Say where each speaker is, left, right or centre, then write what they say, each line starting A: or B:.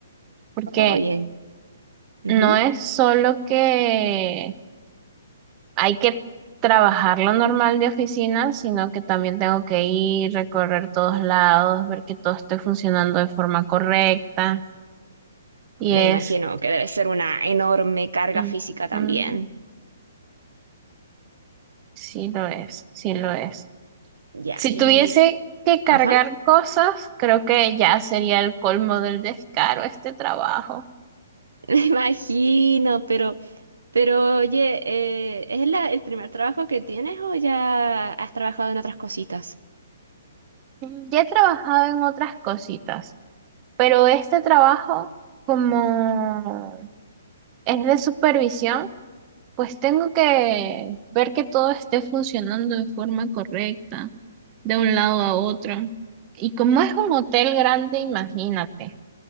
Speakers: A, on the right (about 30°); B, on the right (about 80°).
A: Porque
B: Oye, ujú.
A: no es solo que hay que trabajar lo normal de oficina, sino que también tengo que ir, recorrer todos lados, ver que todo esté funcionando de forma correcta. Y
B: Me
A: es,
B: imagino que debe ser una enorme carga
A: mm,
B: física también.
A: mm, sí lo es, sí lo es.
B: Ya,
A: Si
B: y...
A: tuviese que cargar
B: Ajá,
A: cosas, creo que ya sería el colmo del descaro este trabajo.
B: <laughs> me imagino, pero, pero oye, eh, ¿es la- el primer trabajo que tienes o ya has trabajado en otras cositas?
A: Mm, Ya he trabajado en otras cositas, pero este trabajo como es de supervisión, Pues tengo que ver que todo esté funcionando de forma correcta, de un lado a otro. Y como es un hotel grande, imagínate.